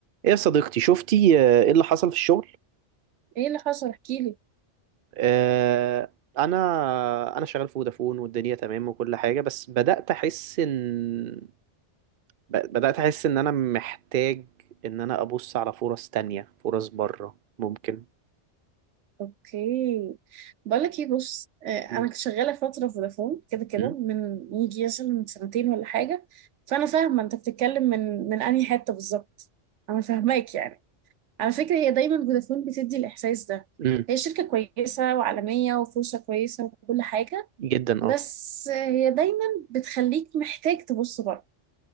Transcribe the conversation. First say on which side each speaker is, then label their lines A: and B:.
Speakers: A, on the right; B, on the right.
A: ايه يا صديقتي شفتي آه، ايه اللي حصل في الشغل
B: ايه اللي حصل احكيلي
A: آه، انا انا شغال في فودافون والدنيا تمام وكل حاجه بس بدات احس ان ب- بدات احس ان انا محتاج ان انا ابص على فرص تانية فرص بره ممكن
B: اوكي بقولك ايه بص آه، انا
A: م-
B: كنت شغاله فتره في فودافون كده كده
A: م-
B: من يجي مثلا من سنتين ولا حاجه فانا فاهمه انت بتتكلم من من انهي حته بالظبط انا فاهماك يعني على فكره هي دايما فودافون بتدي الاحساس ده
A: م-
B: هي شركه كويسه وعالميه وفرصه كويسه وكل حاجه
A: جدا
B: بس
A: اه
B: آه، هي دايما بتخليك محتاج تبص بره